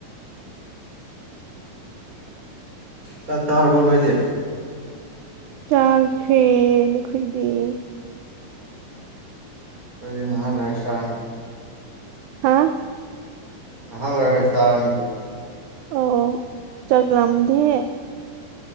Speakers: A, on the right; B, on the right.
A: ꯆꯥꯛ ꯇꯥꯍꯔꯕ ꯅꯣꯏꯗꯦ
B: ꯆꯥꯛꯈꯦ ꯅꯈꯣꯏꯗꯤ
A: ꯑꯣꯏꯣꯏꯗꯤ ꯂꯩꯁꯥꯅꯤ
B: ꯍꯥ
A: ꯍꯂꯦ ꯆꯔꯅꯤ ꯍꯣꯏ
B: ꯑꯣ ꯆꯠꯂꯝꯂꯝꯗꯦ